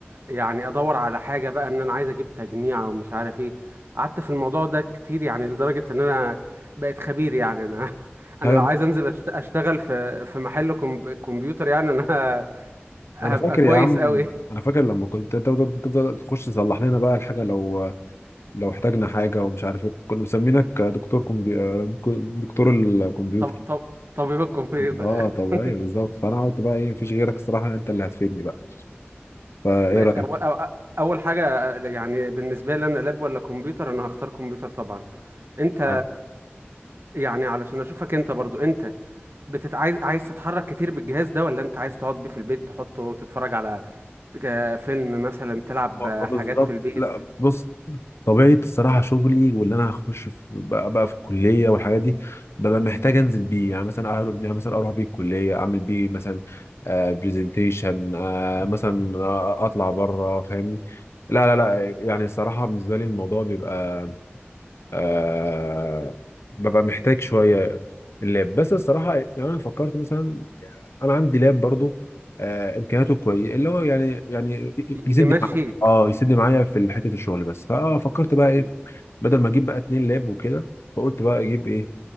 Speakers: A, on the right; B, on the left.
A: يعني ادور على حاجة بقى ان انا عايز اجيب تجميع ومش عارف ايه قعدت في الموضوع ده كتير يعني لدرجة ان انا بقيت خبير يعني انا <laughs> انا
B: هاي-
A: لو عايز انزل أشت- اشتغل في في محل كم- كمبيوتر يعني انا <laughs> هبقى
B: انا فاكر
A: كويس
B: يا عم
A: قوي
B: انا فاكر لما كنت تفضل تفضل تخش تصلح لنا بقى الحاجه لو لو احتاجنا حاجه ومش عارف ايه كنا مسمينك دكتور كمبي... آه، دكتور الكمبيوتر
A: طب طب طبيب الكمبيوتر
B: اه
A: يعني
B: طب
A: <laughs>
B: ايوه بالظبط فانا قلت بقى ايه مفيش غيرك الصراحه انت اللي هتفيدني بقى فايه
A: ماشي
B: رايك
A: اول أو- اول حاجة يعني بالنسبة لي انا لاب ولا كمبيوتر انا هختار كمبيوتر طبعا انت
B: آه.
A: يعني علشان اشوفك انت برضو انت بتت... عايز عايز تتحرك كتير بالجهاز ده ولا انت عايز تقعد بيه في البيت تحطه وتتفرج على ج- فيلم مثلا تلعب
B: والله
A: آه، حاجات
B: بالظبط
A: في البيت
B: لا بص طبيعة الصراحة شغلي واللي أنا هخش في بقى, بقى في الكلية والحاجات دي ببقى محتاج أنزل بيه يعني مثلا أهرب يعني مثلا أروح بيه الكلية أعمل بيه مثلا آه برزنتيشن آه مثلا آه، أطلع بره فاهمني لا لا لا يعني الصراحة بالنسبة لي الموضوع بيبقى آه ببقى محتاج شوية اللاب بس الصراحة يعني أنا فكرت مثلا انا عندي لاب برضو آه امكانياته كويسه اللي هو يعني يعني
A: ي-
B: يسد
A: يمشيك
B: معايا اه يسد معايا في حته الشغل بس فاه فكرت بقى ايه
A: مم.
B: بدل ما اجيب بقى اتنين لاب وكده فقلت بقى اجيب ايه